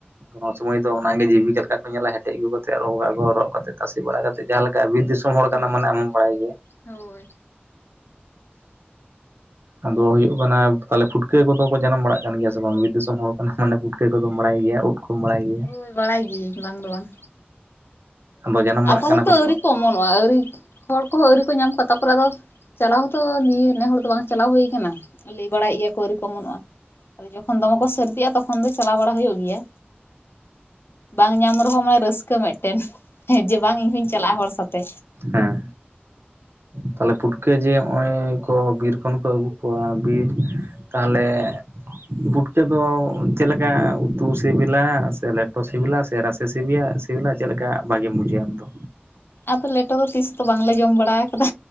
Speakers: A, on the right; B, on the left.
A: ᱱᱚᱣᱟ ᱥᱚᱢᱚᱭ ᱫᱚ ᱚᱱᱟᱜᱮ ᱡᱤᱵᱤᱠᱟ ᱞᱮᱠᱟ ᱠᱚ ᱧᱮᱞᱟ ᱦᱮᱴᱮᱡ ᱟᱹᱜᱩ ᱠᱟᱛᱮᱜ ᱨᱚᱜᱟᱠᱚ ᱨᱚᱜ ᱠᱟᱛᱮ ᱛᱟᱥᱮ ᱵᱟᱲᱟ ᱠᱟᱛᱮᱜ ᱡᱟᱦᱟᱸ ᱞᱮᱠᱟ ᱵᱤᱨ ᱫᱤᱥᱚᱢ, ᱦᱚᱲ
B: ᱦᱩᱸ
A: ᱠᱟᱱᱟᱢ ᱢᱟᱱᱮ ᱟᱢ ᱦᱚᱢ ᱵᱟᱲᱟᱭ ᱜᱮᱭᱟ,
B: ᱦᱩᱸ ᱦᱳᱭ
A: ᱟᱫᱚ ᱦᱩᱭᱩᱜ ᱠᱟᱱᱟ ᱛᱟᱞᱦᱮ ᱯᱷᱩᱴᱠᱟᱹ ᱠᱚᱫᱚ ᱠᱚ ᱡᱟᱱᱟᱢ ᱵᱟᱲᱟᱜ ᱠᱟᱱ ᱜᱮᱭᱟ ᱥᱮ ᱵᱟᱝ ᱵᱤᱨ ᱫᱤᱥᱚᱢ ᱦᱚᱲ ᱚᱱᱮ ᱢᱟᱱᱮ ᱯᱩᱴᱠᱟᱹ ᱠᱚᱫᱚᱢ ᱵᱟᱲᱟᱭ ᱜᱮᱭᱟ ᱩᱫᱽ ᱠᱚᱢ ᱵᱟᱲᱟᱭ ᱜᱮᱭᱟ,
B: ᱦᱳᱭ ᱵᱟᱲᱟᱭ ᱜᱮᱤᱭᱟᱹᱧ ᱵᱟᱝ ᱫᱚ ᱵᱟᱝ,
A: ᱟᱫᱚ ᱡᱟᱱᱟᱢ ᱵᱟᱲᱟᱜ
B: ᱟᱠᱚ
A: ᱠᱟᱱᱟ
B: ᱦᱚᱭᱛᱳ ᱟᱹᱣᱨᱤ
A: ᱥᱮ ᱵᱟᱝ
B: ᱠᱚ ᱚᱢᱚᱱᱚᱜᱼᱟ ᱟᱹᱣᱨᱤ ᱦᱚᱲ ᱠᱚᱦᱚᱸ ᱟᱹᱣᱨᱤ ᱠᱚ ᱧᱟᱢ ᱠᱚᱣᱟ ᱛᱟᱯᱚᱨᱮ ᱟᱫᱚ, ᱪᱟᱞᱟᱣ ᱦᱚᱸᱛᱚ ᱱᱤᱭᱟᱹ ᱱᱮ ᱦᱚᱲ ᱫᱚ ᱵᱟᱝ ᱪᱟᱞᱟᱣ ᱦᱩᱭ ᱠᱟᱱᱟ, ᱞᱮᱭ ᱵᱟᱲᱟᱭᱮᱫ ᱜᱮᱭᱟ ᱠᱚ ᱟᱹᱣᱨᱤ ᱠᱚ ᱚᱢᱚᱱᱚᱜᱼᱟ ᱟᱫᱚ ᱡᱚᱠᱷᱚᱱ ᱫᱚᱢᱮ ᱠᱚ ᱥᱟᱹᱨᱫᱤᱜᱼᱟ ᱛᱚᱠᱷᱚᱱ ᱫᱚ ᱪᱟᱞᱟᱣ ᱵᱟᱲᱟ ᱦᱩᱭᱩᱜ ᱜᱮᱭᱟ ᱵᱟᱝ ᱧᱟᱢ ᱨᱮᱦᱚᱸ ᱢᱟᱱᱮ ᱨᱟᱹᱥᱠᱟᱹ ᱢᱮᱫᱴᱮᱱ, ᱦᱮᱸ ᱡᱮ ᱵᱟᱝ ᱤᱧ ᱦᱩᱧ ᱪᱟᱞᱟᱜᱼᱟ ᱦᱚᱲ ᱥᱟᱛᱮ,
A: ᱦᱮᱸ ᱛᱟᱦᱞᱮ ᱯᱩᱴᱠᱟᱹ ᱡᱮ ᱦᱚᱜᱼᱚᱭ ᱠᱚ ᱵᱤᱨ ᱠᱷᱚᱱ ᱦᱚᱸᱠᱚ ᱟᱹᱜᱩ ᱠᱚᱣᱟ ᱵᱤᱨ ᱛᱟᱦᱚᱞᱮ, ᱯᱩᱴᱠᱟᱹ ᱫᱚ ᱪᱮᱫ ᱞᱮᱠᱟ ᱩᱛᱩ ᱥᱮᱵᱮᱞᱟ ᱥᱮ ᱞᱮᱴᱚ ᱥᱤᱵᱤᱞᱟ ᱥᱮ ᱨᱟᱥᱮ ᱥᱤᱵᱤᱭᱟ ᱥᱮ, ᱥᱤᱵᱤᱞᱟ ᱪᱮᱫ ᱞᱮᱠᱟ ᱵᱷᱟᱜᱮ ᱵᱩᱡᱟᱹᱣᱟ ᱟᱢ ᱫᱚ?
B: ᱟᱫᱚ ᱞᱮᱴᱚ ᱫᱚ ᱛᱤᱥ ᱫᱚ ᱵᱟᱝᱞᱮ ᱡᱚᱢ ᱵᱟᱲᱟ ᱠᱟᱫᱟ